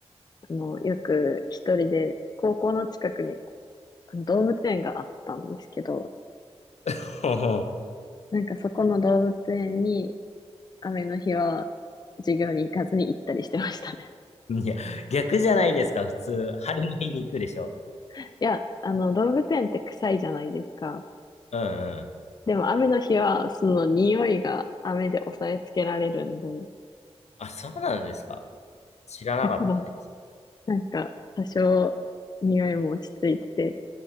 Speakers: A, on the left (about 35°); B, on the left (about 75°).
A: あの、よく一人で、高校の近くにあの動物園があったんですけど、
B: ほう
A: なんかそこの動物園に雨の日は授業に行かずに行ったりしてましたね。
B: ほう <laughs> いや、逆じゃないですか、普通。晴れの日に行くでしょ。
A: <laughs> いや、あの動物園って臭いじゃないですか。
B: うんうん。
A: でも雨の日はその匂いが雨で抑えつけられるんで、
B: あ、そうなんですか。知らなかったです。
A: <laughs> だからなんか多少匂いも落ち着いてて、